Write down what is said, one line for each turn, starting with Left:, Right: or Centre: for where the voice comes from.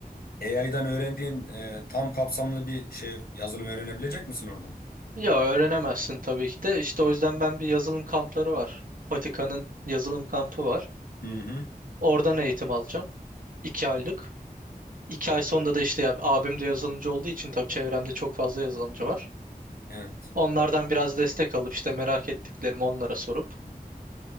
Left: AI'dan öğrendiğin e, tam kapsamlı bir şey yazılım öğrenebilecek misin oradan?
Right: Ya öğrenemezsin tabii ki de. İşte o yüzden ben bir yazılım kampları var. Vatikan'ın yazılım kampı var.
Left: Hı hı.
Right: Oradan eğitim alacağım. İki aylık. İki ay sonunda da işte ya, abim de yazılımcı olduğu için tabii çevremde çok fazla yazılımcı var.
Left: Evet.
Right: Onlardan biraz destek alıp işte merak ettiklerimi onlara sorup